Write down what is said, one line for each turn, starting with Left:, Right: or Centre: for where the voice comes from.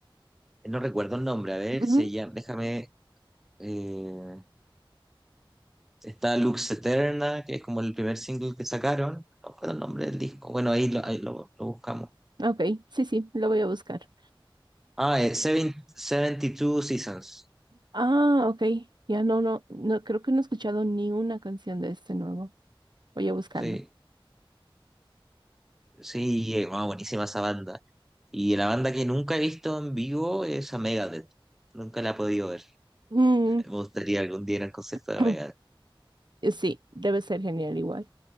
Centre: No recuerdo el nombre, a ver,
Right: Ujú,
Centre: se llama, déjame, eh, está Lux Eterna, que es como el primer single que sacaron, no recuerdo el nombre del disco, bueno, ahí lo, ahí lo, lo buscamos.
Right: Ok, sí, sí, lo voy a buscar.
Centre: Ah, eh, Seven- 72 Seasons,
Right: Ah, ok. Ya no, no, no, creo que no he escuchado ni una canción de este nuevo. Voy a buscarlo.
Centre: sí, sí, eh, wow, buenísima esa banda. Y la banda que nunca he visto en vivo es a Megadeth, nunca la he podido ver,
Right: Mm,
Centre: me gustaría algún día ir al concierto
Right: <clears throat>
Centre: de Megadeth.
Right: eh, sí, debe ser genial igual.